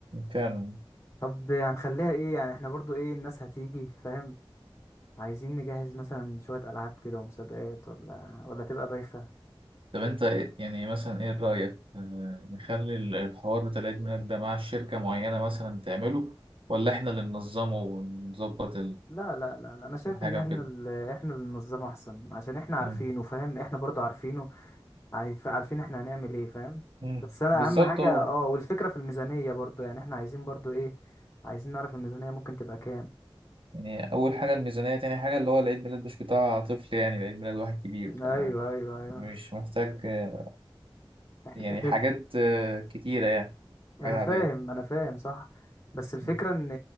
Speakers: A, on the right; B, on the left.
A: فعلا
B: طب هنخليها ايه يعني احنا برضو ايه الناس هتيجي فاهم عايزين نجهز مثلا شوية ألعاب كده ومسابقات ولا ولا تبقى بايخة
A: طب انت إيه- يعني مثلا ايه رأيك آه، نخلي ال- الحوار بتاع العيد ميلاد ده مع شركة معينة مثلا تعمله ولا احنا اللي ننظمه ونظبط
B: لا لا لا لا انا شايف
A: الحاجة
B: ان احنا
A: وكده
B: ال- احنا اللي ننظمه احسن عشان احنا عارفينه
A: مم.
B: فاهم احنا برضو عارفينه عارف- عارفين احنا هنعمل ايه فاهم
A: مم.
B: بس انا
A: بالظبط
B: اهم حاجة
A: اه
B: اه والفكرة في الميزانية برضو يعني احنا عايزين برضو ايه عايزين نعرف الميزانية ممكن تبقى كام
A: يعني أول حاجة الميزانية تاني حاجة اللي هو العيد ميلاد مش بتاع طفل يعني العيد ميلاد واحد كبير
B: <laughs>
A: فمش
B: ايوه ايوه ايوه
A: محتاج آه،
B: احنا
A: يعني
B: انت
A: حاجات آه، كتيرة يعني
B: انا
A: حاجات عادية
B: فاهم انا فاهم صح بس الفكرة
A: مم.
B: ان